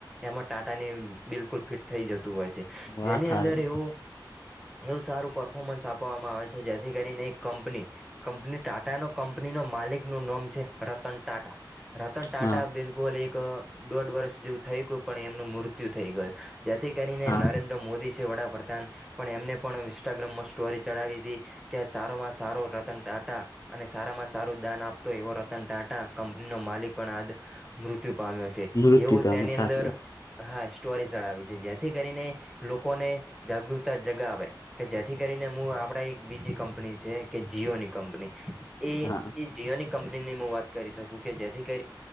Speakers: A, in the centre; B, on the left.
A: એમાં ટાટાની બિલકુલ ફિટ થઈ જતું હોય છે
B: વાત
A: જેની
B: હાચી
A: અંદર એવું એવું સારું પરફોર્મન્સ આપવામાં આવે છે જેથી કરીને એક કંપની કંપની ટાટા નો કંપની નો માલિક નું નામ છે રતન ટાટા. રતન ટાટા
B: હા
A: બિલકુલ એક દોઢ વર્ષ જેવું થઈ ગયું પણ એમનું મૃત્યુ થઈ ગયું. જેથી કરીને
B: હા
A: નરેન્દ્ર મોદી છે વડાપ્રધાન પણ એમને પણ ઇન્સ્ટાગ્રામમાં સ્ટોરી ચડાવી હતી. કે સારો માં સારો રતન ટાટા અને સારામાં સારું દાન આપતો એવો રતન ટાંટા કંપનીનો માલિક પણ આજ મૃત્યુ પામ્યો છે.
B: મૃત્યુ
A: એવું
B: પામે
A: તેની
B: સાચી
A: અંદર
B: વાત
A: હા સ્ટોરી ચડાવી છે જેથી કરીને લોકોને જાગૃતતા જગાવે કે જેથી કરીને હું આપણા એક બીજી કંપની છે કે જીઓની કંપની. એ
B: હા
A: એ જીઓની કંપની ની હું વાત કરી શકું કે જેથી કરીને